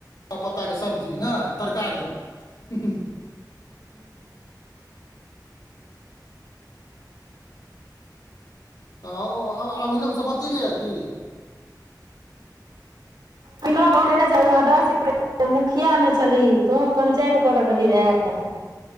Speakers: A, on the left (about 65°); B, on the right (about 80°).
A: पत्ताके सब्जी ने तरकारी। हँ। तऽ अह आब अभिनाव से बतेलियँ की।
B: अभिनव केने छैन ओहा दद् तु मुखिया में छली तो तु पञ्चायत करय गेली रहए